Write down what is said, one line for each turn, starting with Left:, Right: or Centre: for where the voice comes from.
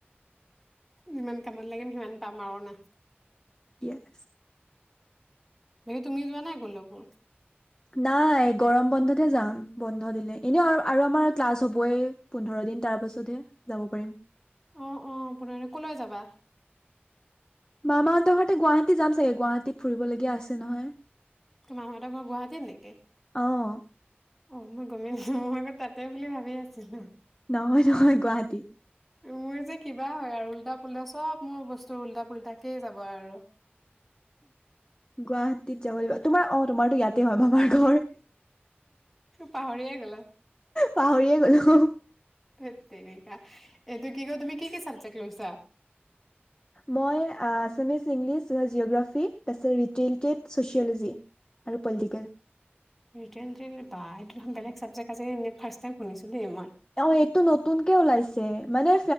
Centre: যিমান কামত লাগিম সিমান পাম আৰু না
Left: ইচ
Centre: বাকি তুমি যোৱা নাই কলোকে
Left: নাই গৰম বন্ধতহে যাম বন্ধ দিলে। এনেও আৰু আৰু আমাৰ ক্লাছ হ'বই পোন্ধৰ দিন তাৰ পাছতহে যাব পাৰিম।
Centre: অ অ পোন্ধৰ দিন ক'লৈ যাবা।
Left: মামাহঁতৰ সতে গুৱাহাটী যাম চাগে। গুৱাহাটীত ফুৰিবলগীয়া আছে নহয়।
Centre: তো মাহতৰ ঘৰত গুৱাহাটীত নেকি
Left: অ
Centre: অ মই। কমি নো মই আকৌ তাতেই বুলি ভাবি আছিলো।
Left: নহয় নহয় গুৱাহাটী
Centre: মোৰ যে কিবা হয় আৰু। উলটা পুল্টা চব মোৰ বস্তু উল্টা পুল্টাকেই যাব আৰু।
Left: গুৱাহাটীত যাব লাগিব তোমাৰ অ তোমাৰতো ইয়াতে হয় মামাৰ ঘৰ।
Centre: পাহৰিয়ে গ'লো।
Left: পাহৰিয়ে গ'লো
Centre: ধেততেৰিকা এইটো কি ক তুমি কি কি চাবজেক্ট লৈছা।
Left: মই আছামিছ, ইংলিছ, জিঅ'গ্ৰাফী, তাৰপিছত ৰিটেইলটেড, ছ'চিয়'ল'জি আৰু পলিটিকেল।
Centre: ৰিটেন টেক বা এইটো বেলেগ চাবজেক্ট আছে ফাচ তাইম শুনিছো দেই মই।
Left: অঁ এইটো নতুনকে ওলাইছে মানে